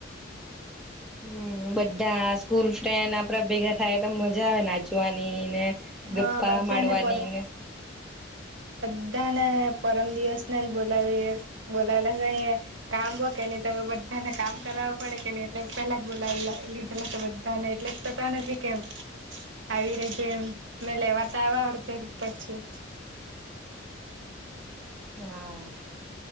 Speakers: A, in the centre; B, on the right.
A: હમ્મ બધા સ્કૂલ ફ્રેન્ડ આપડાે ભેગા થાય તો મજા આવે નાચવાની ને
B: હા
A: ગપ્પા
B: બધા
A: મારવાની
B: ને પે તતને પરમ દિવસ નેને બોલાવી બોલાવેલાહી કામ બો કે ન તો બધા તને કામ કરાવવા પડે કે ન એટલે પેલા જ બોલાવી લીધેલા તો બધા ને એટલે પતા નથી કેમ આવી રીતે મેં લેવાતા આવ અર્ધર પછી
A: હા